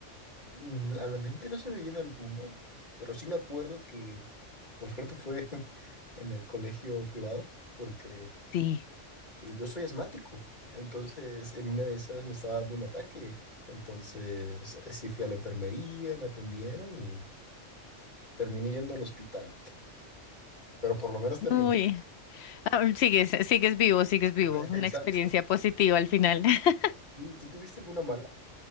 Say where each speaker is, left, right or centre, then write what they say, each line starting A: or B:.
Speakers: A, on the left (about 40°); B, on the left (about 65°).
A: mm, a la mente no se me viene alguno, pero sí me acuerdo que por suerte fue <laughs> en el colegio privado, porque
B: Sí.
A: eh, yo soy asmático. Entonces, en una de esas me estaba dando un ataque. Entonces, eh, sí fui a la enfermería, me atendieron y terminé yendo al hospital. Pero por lo menos terminé.
B: Uy, ah, sigues, sigues vivo, sigues vivo.
A: <laughs>
B: Una
A: Exacto.
B: experiencia positiva al final. <laughs>
A: Sí, ¿Tú tuviste alguna mala?